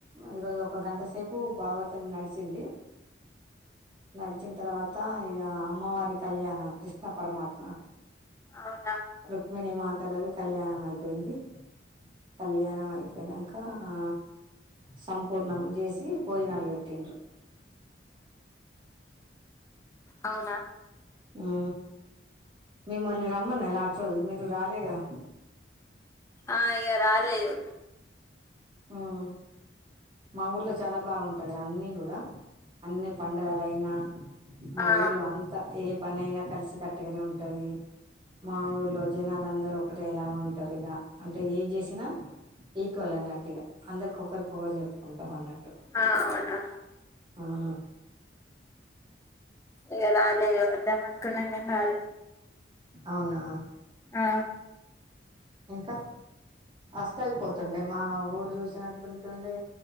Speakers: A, on the right (about 25°); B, on the left (about 15°).
A: ఈరోజు ఒక గంట సేపు భాగవతం నడిచింది నడిచిన తర్వాత ఇక అమ్మవారి కళ్యాణం కృష్ణ పరమాత్మ
B: అవునా
A: రుక్మిణీ మాతలది కళ్యాణం అయిపోయింది కళ్యాణం అయిపోయినంకా ఆ సంపూర్ణం చేసి భోజనాలు పెట్టింన్రు
B: అవునా
A: మ్ మిమ్మల్ని రమ్మన్న లాస్ట్ రోజు మీరు రాలేగా
B: ఆ ఇగ రాలేదు
A: ఉం మా ఊర్లో చాలా బాగుంటదిరా అన్ని కూడా అన్ని పండగల అయినా మా
B: ఆ
A: ఊర్లో అంతా ఏ పని అయినా కలిసి కట్టుగానే ఉంటది మా
B: ఉమ్.
A: ఊర్లో జనాలందారు ఒకటేలా ఉంటారు ఇక అంటే ఏ చేస్ నా ఈక్వల్ అన్నట్టు ఇగా అందరికి ఒకరిక ఒకరు చెప్పుకుంటాం అన్నట్టు
B: ఆ అవునా
A: ఉం
B: ఇగ రాలేదు వద్దాం అనుకున్ననం గని రాలె
A: అవునా
B: ఆ
A: ఇంకా అస్తే అయిపోతుండే మా ఊరు చూసినట్టుంటుండే